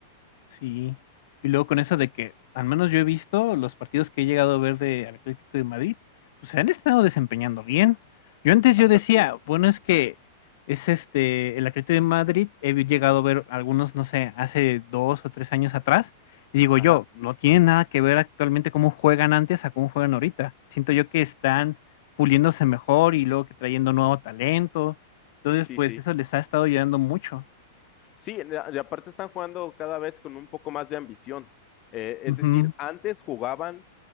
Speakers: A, on the left; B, on the left.
A: Sí. Y luego con eso de que, al menos yo he visto los partidos que he llegado a ver de al Atlético de Madrid, pues se han estado desempeñando bien. Yo antes
B: Bastante
A: yo decía,
B: bien.
A: bueno, es que es este, el Atlético de Madrid, he vi- llegado a ver algunos, no sé, hace dos o tres años atrás, y digo
B: Ajá.
A: yo, no tiene nada que ver actualmente cómo juegan antes a cómo juegan ahorita. Siento yo que están puliéndose mejor y luego que trayendo nuevo talento. Entonces,
B: Sí,
A: pues
B: sí.
A: eso les ha estado ayudando mucho.
B: Sí, la- y aparte están jugando cada vez con un poco más de ambición. Eh, es
A: Ujú,
B: decir, antes jugaban,